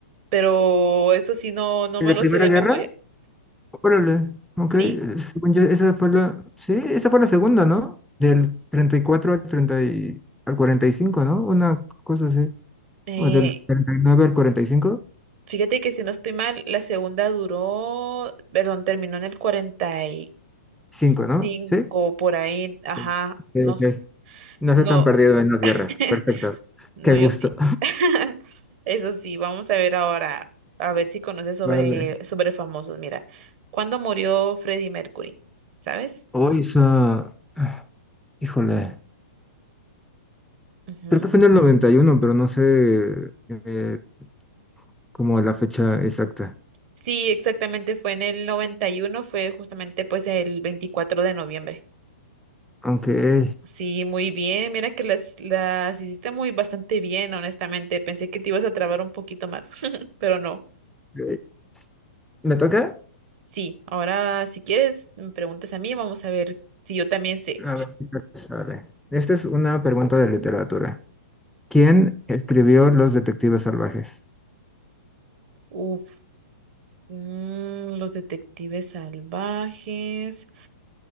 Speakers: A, on the right; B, in the centre.
A: Pero eso sí, no, no
B: ¿En
A: me
B: la
A: lo
B: Primera
A: sé de
B: Guerra?
A: memoria.
B: Órale, ok. eh,
A: Sí,
B: Según yo, esa fue la, sí, esa fue la segunda, ¿no? Del 34 al treinta y- al 45, ¿no? Una cosa así.
A: eh,
B: O del 39 al 45,
A: fíjate que si no estoy mal, la segunda duró, perdón, terminó en el cuarenta y
B: 5,
A: cinco
B: ¿no? Sí.
A: por ahí, ajá,
B: Sí. Ok,
A: no, s-
B: ok. No estoy
A: no,
B: tan perdido
A: <laughs>
B: en las guerras. Perfecto.
A: No,
B: Qué
A: yo
B: gusto.
A: sí. <laughs> Eso sí, vamos a ver ahora, a ver si conoces sobre,
B: Vale.
A: sobre famosos. Mira, ¿cuándo murió Freddie Mercury? ¿Sabes?
B: Hoy esa, ah, híjole,
A: Ujú.
B: creo que fue en el 91, pero no sé eh, como la fecha exacta.
A: Sí, exactamente, fue en el noventa y uno fue justamente pues el 24 de noviembre.
B: Aunque,
A: Sí, muy bien, mira que las, las hiciste muy bastante bien, honestamente. Pensé que te ibas a trabar un poquito más, <laughs> pero no.
B: eh, ¿me toca?
A: Sí, ahora si quieres, me preguntas a mí, vamos a ver si yo también sé.
B: A ver, ¿qué tal te sale? Esta es una pregunta de literatura. ¿Quién escribió Los Detectives Salvajes?
A: Ujú. Mm, los detectives salvajes.